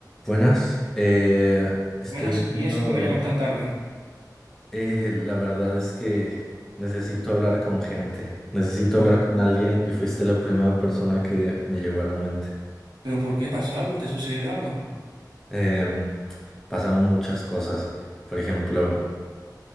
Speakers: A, in the centre; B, on the right.
A: Buenas, eh, estoy
B: Buenas,
A: llamando.
B: ¿y eso que me llamas tan tarde?
A: eh, la verdad es que necesito hablar con gente, necesito
B: Por-
A: hablar con alguien y fuiste la primera persona que me llegó a la mente.
B: ¿Pero por qué pasó algo? ¿Te sucedió algo?
A: Em, pasaron muchas cosas. Por ejemplo,